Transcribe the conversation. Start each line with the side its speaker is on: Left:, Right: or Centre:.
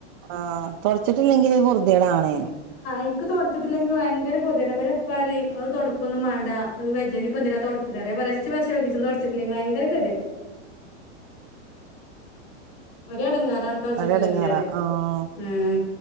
Right: ആഹ് തുടച്ചിട്ടില്ലെങ്കില് വൃത്തികേട് ആണേ
Left: എൻക്ക് തൊടച്ചിട്ടില്ലെങ്കി ഭയങ്കര പൊതി പറയും അത് തുടക്കൊന്നും വേണ്ട വയ്യാങ്കി പെന്തിനാ തുടക്കണേ എടക്ക് <unintelligible> തുടച്ചിട്ടില്ലെങ്കിൽ <unintelligible> ഒരെടെങ്ങറണ് തുടച്ചിട്ടില്ലെങ്കില്
Right: ഒരെടങ്ങേറാ
Left: അറയും
Right: ആഹ്
Left: ആഹ്